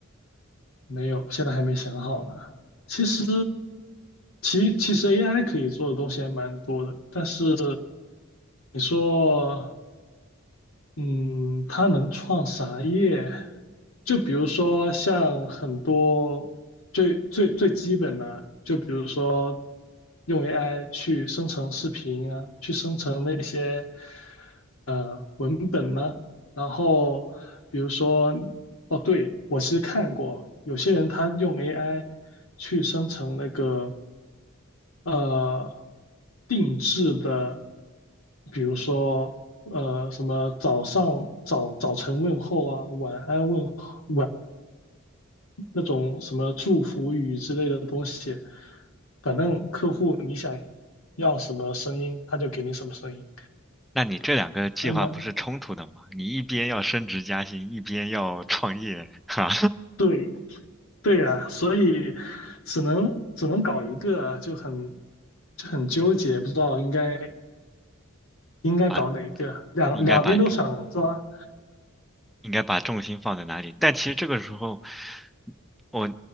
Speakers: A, on the left (about 70°); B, in the centre.
A: 没有，现在还没想好呢。其实，其其实 AI 可以做的东西还蛮多的，但是你说，嗯，它能创啥业？就比如说像很多最最最基本的，就比如说用 AI 去生成视频啊，去生成那些。呃文本呢，然后比如说，哦，对，我其实看过有些人他用 AI 去生成那个呃定制的，比如说呃什么早上早早晨问候啊，晚安问候那种什么祝福语之类的东西，反正客户你想要什么声音，他就给你什么声音，
B: 那你这两个计划不是冲突的吗？
A: 还蛮
B: 你一边要升职加薪，一边要创业，<laughs> 哈，
A: 对。对呀，所以只能只能搞一个，就很就很纠结，不知道应该应该搞哪一个，
B: 啊，
A: 两两边都想抓。
B: 应该把应该把重心放在哪里？但其实这个时候，我